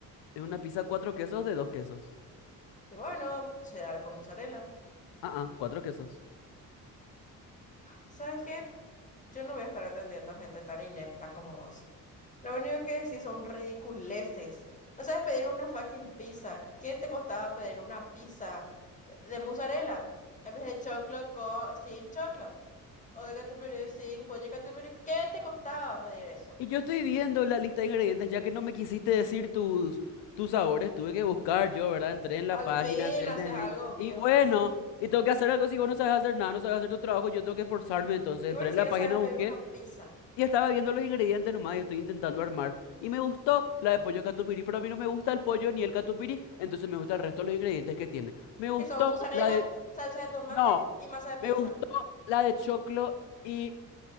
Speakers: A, on the left (about 65°); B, on the left (about 15°).
A: Es una pizza cuatro quesos de dos quesos.
B: Y bueno, cheddar con mozzarella.
A: Ah, ah, cuatro quesos.
B: ¿Sabes qué? Yo no voy a estar atendiendo a gente tan inepta como vos. Lo único que decís son ridiculeces. No sabes pedir una fucking pizza. ¿Qué te costaba pedir una pizza de, de mozzarella en vez de choclo con, sin choclo? O de catupiry sin pollo catupiry. ¿Qué te costaba pedir eso?
A: Y yo estoy viendo la lista de ingredientes, ya que no me quisiste decir tus, tus sabores, tuve que buscar yo, ¿verdad? Entré en la
B: Al
A: página,
B: fin
A: entré
B: haces
A: en el
B: algo
A: link.
B: bien.
A: Y bueno, y tengo que hacer algo, si vos no sabes hacer nada, no sabes hacer tu trabajo, yo tengo que esforzarme. Entonces
B: Y
A: entré
B: bueno,
A: en
B: si
A: la
B: quieres
A: página,
B: sabes pedir
A: busqué
B: una pizza.
A: y estaba viendo los ingredientes nomás y estoy intentando armar. Y me gustó la de pollo catupiry, pero a mí no me gusta el pollo ni el catupiry, entonces me gusta el resto de los ingredientes que tiene. Me gustó
B: Que son mozzarella,
A: la de...
B: salsa de tomate
A: No,
B: y masa de pizza.
A: me gustó la de choclo y